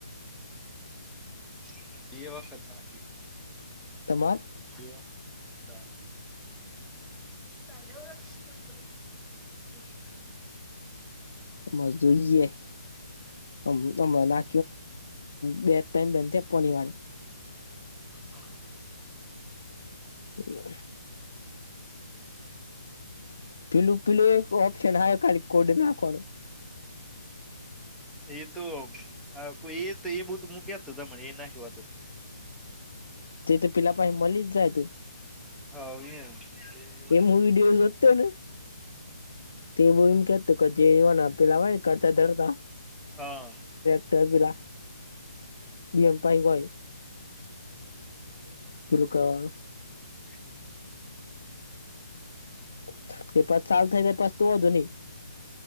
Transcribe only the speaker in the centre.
અને બે વખત નાખી.
એ વ તાન પેહલી વાર <unintelligible>
હમમ
એતો કોય એ તો એ બ તો મક્યા તો તને એ નાખવાધું.
હા એ એ
હા
હમમ
હ